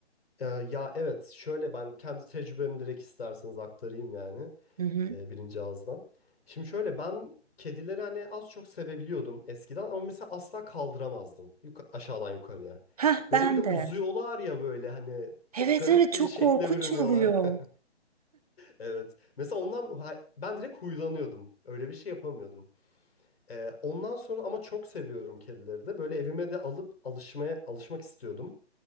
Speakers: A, on the left; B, on the right.
A: Ee, ya evet şöyle ben kendi tecrübemi direkt isterseniz aktarayım yani
B: Hı hı.
A: e, birinci ağızdan. Şimdi şöyle ben kedileri hani az çok sevebiliyordum eskiden ama mesela asla kaldıramazdım yuka- aşağıdan yukarıya.
B: Hah
A: Böyle
B: ben
A: bir de uzuyorlar
B: de.
A: ya böyle hani çok
B: Evet
A: garip
B: evet
A: bir
B: çok
A: şekle
B: korkunç
A: bürünüyorlar.
B: oluyor.
A: <laughs> Evet mesela ondan ben direkt huylanıyordum öyle bir şey yapamıyordum. Ee, ondan sonra ama çok seviyorum kedileri de böyle evime de alıp alışmaya alışmak istiyordum.